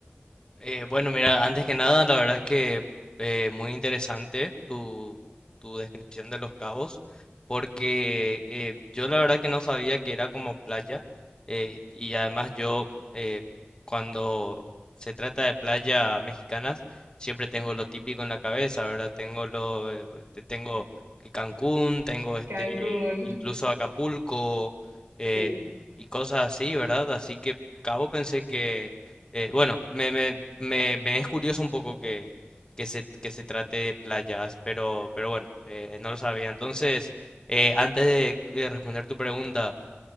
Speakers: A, on the left (about 20°); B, on the right (about 85°).
A: Eh, bueno, mira, antes que nada, la verdad que eh, muy interesante tu, tu descripción de Los Cabos, porque eh, yo la verdad que no sabía que era como playa, eh, y además yo eh, cuando se trata de playa mexicanas, siempre tengo lo típico en la cabeza, ¿verdad? Tengo lo, eh, te- tengo que Cancún, tengo este,
B: Cancún,
A: incluso Acapulco,
B: <laughs>
A: eh,
B: sí.
A: y cosas así, ¿verdad? Así que Cabo pensé que eh, bueno, me, me, me- me es curioso un poco que, que se, que se trate de playas, pero, pero bueno, eh, no lo sabía. Entonces, eh, antes de, eh, responder tu pregunta,